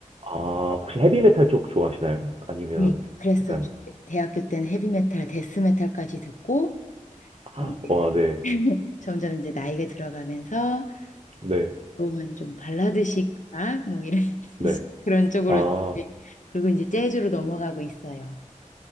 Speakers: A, on the right (about 45°); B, on the left (about 65°).
A: 아, 혹시 헤비메탈 쪽 좋아하시나요? 아니면
B: 네. 그래서
A: 약간,
B: 대학교 때는 헤비메탈, 데스메탈까지 듣고,
A: 아,
B: 이제
A: 와, 네,
B: <laughs> 점점 이제 나이가 들어가면서
A: 네,
B: 그러면 좀 발라드식 아, 뭐 이런 <laughs>
A: 네.
B: 그런 쪽으로
A: 아, 어,
B: 이제 그리고 이제 재즈로 넘어가고 있어요.